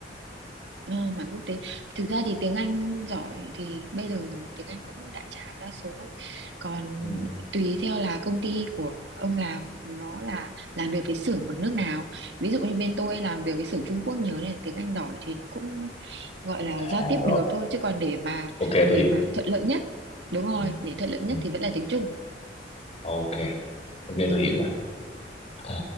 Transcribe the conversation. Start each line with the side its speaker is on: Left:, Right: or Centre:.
Right: Ờ, mảng quốc tế thực ra thì tiếng Anh giỏi thì bây giờ tiếng Anh cũng đại trà đa số còn
Left: ừ.
Right: tùy theo là công ty của ông làm nó là làm việc với xưởng ở nước nào ví dụ như bên tôi làm việc với xưởng Trung Quốc nhiều nên là tiếng Anh giỏi thì nó cũng gọi là giao
Left: à
Right: tiếp
Left: rồi
Right: được thôi chứ còn để mà
Left: ok tôi
Right: để
Left: hiểu
Right: mà thuận lợi nhất đúng rồi
Left: ừ.
Right: để thuận lợi nhất
Left: ừ.
Right: thì vẫn là tiếng Trung
Left: ok ok tôi hiểu Ờ,